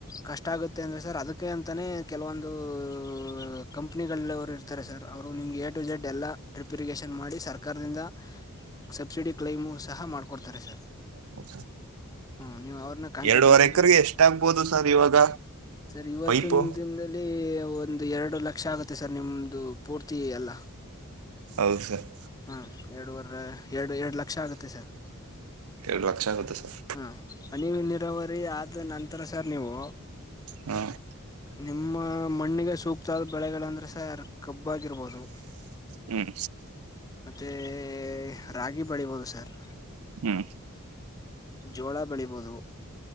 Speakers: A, on the left; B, on the right.
A: ಕಷ್ಟ ಆಗುತ್ತೆ ಅಂದ್ರೆ ಸರ್ ಅದಕ್ಕೆ ಅಂ <inaudible> ಅಂತಾನೇ ಕೆಲವೊಂದು <inaudible> ಕಂಪ್ನಿಗಲ್ಲ ಅವ್ರು ಇರ್ತಾರೆ ಸರ್ ಅವರು ನಿಮ್ಗೆ ಎ ಟು ಜೆಡ್ ಎಲ್ಲ ಟ್ರಿಪಿಗೇಶನ್ ಮಾಡಿ ಸರ್ಕಾರದಿಂದ <inaudible> ಸಬ್ಸಿಡಿ ಕ್ಲೈಮು ಸಹ ಮಾಡ್ಕೊಡ್ತಾರೆ ಸರ್. <inaudible>
B: ಹೂ ಸರ್. <inaudible>
A: ಹಾ ನೀವ ಅವ್ರನ್ನ ಕಾಂಟ್ಯಾಕ್ಟ್
B: ಎರಡೂವರೆ
A: ಮಾಡಿದ್ರೆ
B: ಎಕರೆಗೆ ಎಷ್ಟಾಗಗ್ಬೋದು ಸರ್ ಇವಾಗ
A: ಸರ್ ಇವತ್ತ
B: ಪೈಪು
A: ದಿಂದ ದಿಂದ <inaudible> ಅಲ್ಲಿ ಒಂದು ಎರಡು ಲಕ್ಷ ಆಗುತ್ತೆ ಸರ್ ನಿಮ್ದು ಪೂರ್ತಿ ಎಲ್ಲಾ? <inaudible>
B: ಹೌದ ಸರ್. <inaudible>
A: ಹಾ ಎರಡುವರೆ ಎರಡು ಎರಡು ಲಕ್ಷ ಆಗುತ್ತೆ ಸರ್.
B: ಎರಡು ಲಕ್ಷ ಆಗುತ್ತೆ ಸರ್
A: ಹಾ <unintelligible> ಫೆಬ್ರವರಿ ಆದ ನಂತರ ಸರ್ ನೀವು.
B: ಹಾ
A: ನಿಮ್ಮ ಮಣ್ಣಿಗೆ ಸೂಕ್ತ ಆದ ಬೆಳೆಗಳಂದ್ರೆ ಸರ್ ಕಬ್ಬ್ ಆಗಿರ್ಬೋದು.
B: ಹ್ಮ್
A: ಮತ್ತೆ ರಾಗಿ ಬೆಳಿಬೋದು ಸರ್.
B: ಹ್ಮ
A: ಜೋಳ ಬೆಳಿಬೋದು.